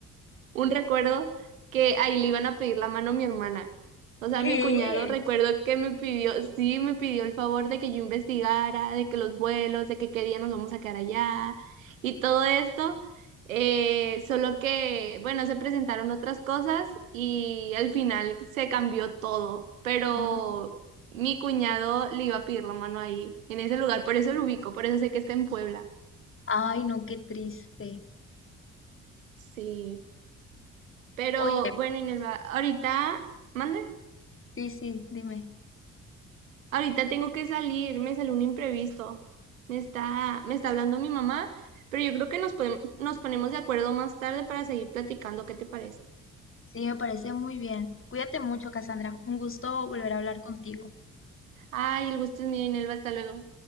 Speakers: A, on the right; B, on the left.
A: un recuerdo que ahí le iban a pedir la mano a mi hermana. O sea,
B: ¿Qué?
A: mi cuñado recuerdo que me pidió, sí, me pidió el favor de que yo investigara, de que los vuelos, de que qué día nos vamos a quedar allá y todo esto. Eh, solo que, bueno, se presentaron otras cosas y al final se cambió todo, pero
B: No.
A: mi cuñado le iba a pedir la mano ahí, en ese lugar, por eso lo ubico, por eso sé que está en Puebla.
B: Ay, no, qué triste.
A: Sí, pero
B: Oye,
A: bueno, Inelva, ahorita, mande.
B: sí, sí, dime.
A: Ahorita tengo que salir, me salió un imprevisto. Me está, me está hablando mi mamá, pero yo creo que nos podem- nos ponemos de acuerdo más tarde para seguir platicando. ¿Qué te parece?
B: Sí, me parece muy bien. Cuídate mucho, Cassandra. Un gusto volver a hablar contigo.
A: Ay, el gusto es mío, Inelva. Hasta luego.